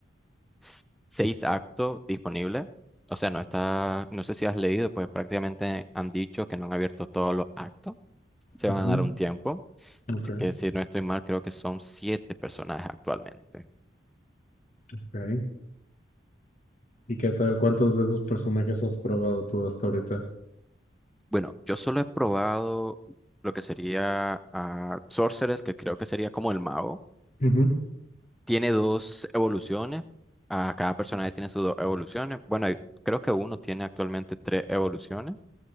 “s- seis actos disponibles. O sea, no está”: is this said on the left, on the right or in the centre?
Centre